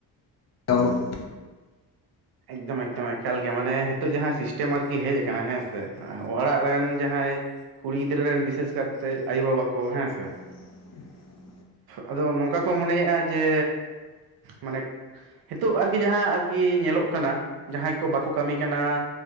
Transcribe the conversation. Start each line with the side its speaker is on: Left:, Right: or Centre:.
Left: ᱡᱚᱱ <unintelligible>
Right: ᱮᱠᱫᱚᱢ ᱮᱠᱫᱚᱢ ᱮᱠᱟᱞ ᱜᱮ ᱢᱟᱱᱮ ᱦᱤᱛᱚᱜ ᱡᱟᱦᱟᱸᱭ ᱥᱤᱥᱴᱮᱢ ᱟᱨᱠᱤ ᱦᱮᱡ ᱟᱠᱟᱱᱟ ᱦᱮᱸᱥᱮ ᱚᱲᱟᱜ ᱨᱮᱱ ᱡᱟᱦᱟᱸᱭ ᱠᱩᱲᱤ ᱜᱤᱫᱽᱨᱟᱹ ᱨᱮᱱ ᱵᱤᱥᱮᱥ ᱠᱟᱨᱛᱮ ᱟᱭᱳᱵᱟᱵᱟ ᱠᱚ ᱦᱮᱸ ᱥᱮ
Left: <inaudible>
Right: ᱟᱫᱚ ᱱᱚᱝᱠᱟ ᱠᱚ ᱢᱚᱱᱮᱭᱮᱫᱼᱟ, ᱡᱮ ᱢᱟᱱᱮ ᱱᱤᱛᱚᱜ ᱟᱨᱠᱤ ᱡᱟᱦᱟᱸ ᱟᱨᱠᱤ ᱧᱮᱞᱚᱜ ᱠᱟᱱᱟ ᱡᱟᱦᱟᱸᱭ ᱠᱚ ᱵᱟᱠᱚ ᱠᱟᱹᱢᱤ ᱠᱟᱱᱟ᱾